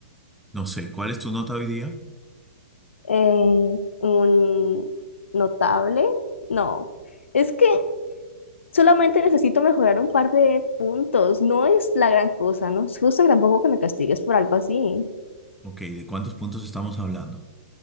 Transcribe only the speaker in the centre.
No sé, ¿cuál es tu nota hoy día?
Ok, ¿de cuántos puntos estamos hablando?